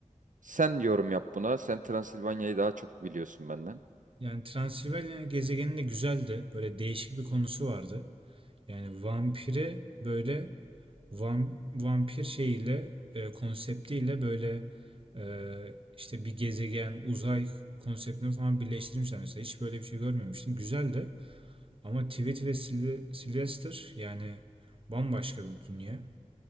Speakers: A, on the right; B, on the right.
A: Sen yorum yap buna. Sen Transilvanya'yı daha çok biliyorsun benden.
B: Yani Transilvanya gezegeni de güzeldi. Böyle değişik bir konusu vardı. Yani vampire böyle Vam- vampir şeyiyle e, konseptiyle böyle e, işte bir gezegen, uzay konseptini falan birleştirmişler mesela. Hiç böyle bir şey görmemiştim. Güzel de ama Tweet ve Syl- Sylvester yani bambaşka bir dünya.